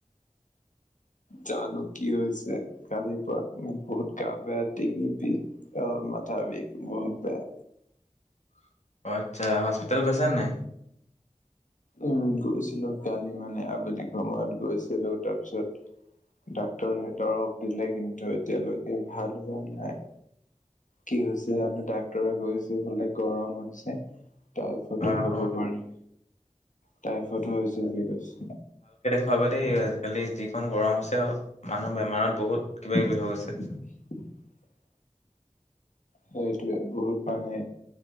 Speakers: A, on the left; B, on the left.
A: জানো কি হৈছে কালিৰ পৰা বহুত গা বেয়া ডিঙি বিষ অ। মাথা বিষ বহুত বেয়া।
B: <inaudible> অ আচ্ছা হস্পিতেল গৈছা নাই?
A: উম গৈছিলো কালি মানে আবেলি সময়ত গৈছিলো তাৰপিছত ডাক্তৰে দৰৱ দিলে কিন্তু এতিয়ালৈকে ভাল হোৱা নাই। কি হৈছে জানো ডাক্তৰে কৈছে বোলে গৰম হৈছে। তাও ফটি
B: অ
A: হ'ব
B: অ
A: পাৰি। টাইফডো হৈছে বুলি কৈছে।
B: খাবা দেই আজিকালি যিখন গৰম হৈছে, মানুহৰ বেমাৰত বহুত কিবা -কিবি হৈ গৈছে।
A: <inaudible> হয় এইটোৱে বহুত। মানে